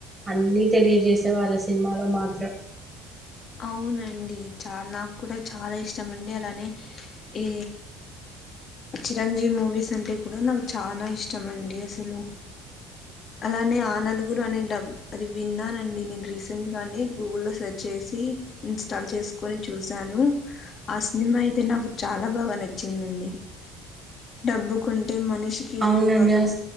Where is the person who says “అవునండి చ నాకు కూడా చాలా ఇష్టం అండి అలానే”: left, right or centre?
Left